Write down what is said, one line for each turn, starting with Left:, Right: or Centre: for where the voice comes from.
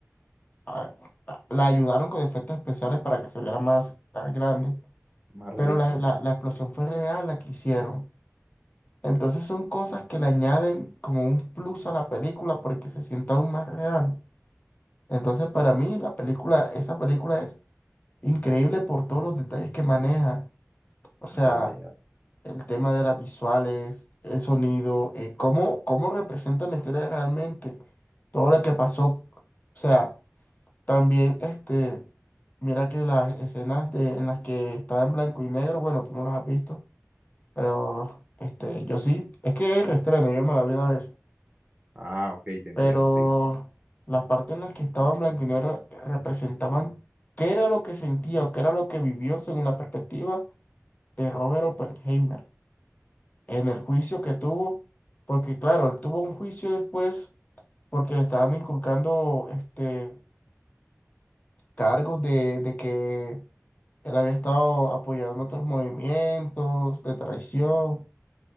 Left: a- a- la ayudaron con efectos especiales para que se viera más, más grande,
Right: más
Left: pero
Right: realista,
Left: la,
Right: sí.
Left: la- la explosión fue real la que hicieron. Entonces son cosas que le añaden como un plus a la película porque se sienta aún más real. Entonces para mí la película, esa película es increíble por todos los detalles que maneja. O sea,
Right: Ya, ya.
Left: el tema de las visuales, el sonido, eh, cómo, cómo representan la historia realmente, todo lo que pasó. O sea, También, este, mira que las escenas de, en las que estaba en blanco y negro, bueno, tú no las has visto, pero este, yo sí, es que es reestreno, yo me la vi una vez,
Right: Ah, ok, te entiendo,
Left: pero
Right: sí.
Left: las partes en las que estaba en blanco y negro representaban qué era lo que sentía o qué era lo que vivió según la perspectiva de Robert Oppenheimer en el juicio que tuvo, porque claro, él tuvo un juicio después porque le estaban inculcando este, cargos de, de que Él había estado apoyando otros movimientos de traición,